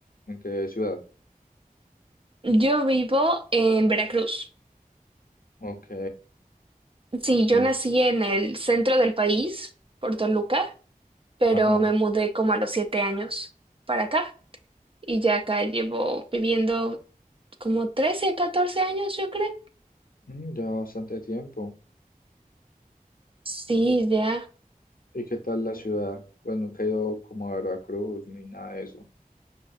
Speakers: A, on the left (about 70°); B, on the right (about 35°).
A: ¿En qué ciudad?
B: Yo vivo en Veracruz.
A: Ok,
B: Sí, yo
A: es...
B: nací en el centro del país, por Luca. pero
A: Ajá,
B: me mudé como a los siete años para acá y ya acá llevo viviendo como 13 14 años, yo creo.
A: Mm, ya bastante tiempo.
B: Sí,
A: ¿Y,
B: ya.
A: y qué tal la ciudad? Pues nunca he ido como a Veracruz ni nada de eso.